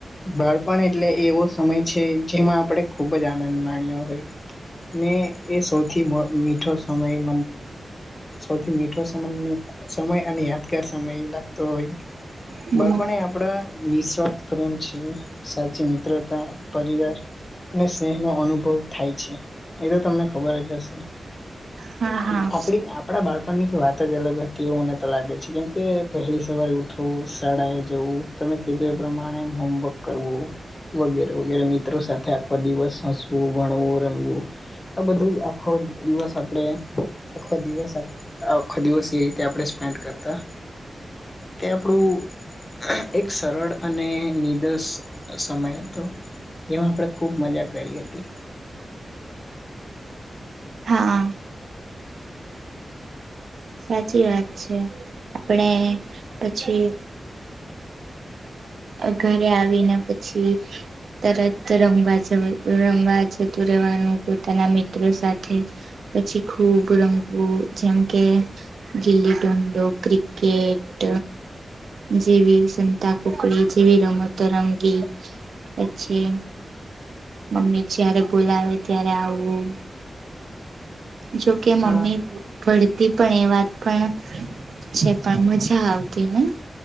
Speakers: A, on the left (about 30°); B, on the right (about 80°).
A: બાળપણ એટલે એવો સમય છે જેમાં આપણે ખુબ જ આનંદ માણ્યો હોય. ને એ સૌથી મીઠો સમય મ સૌથી મીઠો સમયની સમય અને યાદગાર સમય લાગતો હોય
B: હમ
A: બાળપણ આપડા નિઃસ્વાર્થ પ્રેમ છે સાચી મિત્રતા પરિવાર ને સ્નેહ નો અનુભવ થાય છે એ તો તમને ખબર જ હશે.
B: હા હા
A: આપણી આપણા બાળપણની વાત જ અલગ હતી એવું મને તો લાગે છે કેમ કે વહેલી સવારે ઉઠવું શાળાએ જવું તમે કીધું એ પ્રમાણે હોમવર્ક કરવું વગેરે વગેરે મિત્રો સાથે આખો દિવસ હસવું ભણવું રમવું આ બધું જ આખો દિવસ આપડે આખો દિવસ આખો દિવસ એ રીતે આપણે સ્પેન્ડ કરતા તે આપણું એક સરળ અને નિદસ સમય હતો જેમાં આપણેે ખુબ મજા કરી હતી.
B: હા સાચી વાત છે આપણે પછી અ ઘરે આવીને પછી તરત રમવા જ રમવા જતું રહેવાનું પોતાના મિત્રો સાથે પછી ખૂબ રમવું જેમ કે, ગિલ્લી ડંડો, ક્રિકેટ જેવી સંતા કુકડી જેવી રમતો રમવી પછી મમ્મી જયારે બોલાવે ત્યારે આવવું જોકે મમ્મી
A: હા
B: પડતી પણ એ વાત પણ છે પણ મજા આવતી ને